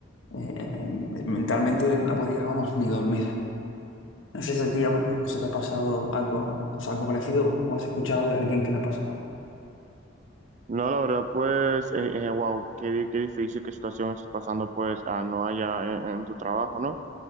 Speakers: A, on the left (about 80°); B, on the right (about 35°).
A: eh, eh, mentalmente de que no podía, vamos, ni dormir. No sé si a ti ha- se te ha pasado algo, o sea, algo parecido o has escuchado de alguien que le ha pasado.
B: No, la verdad, pues, eh, eh, wow, qué, di- qué difícil, qué situación estás pasando, pues, ah, no allá en, en tu trabajo, ¿no?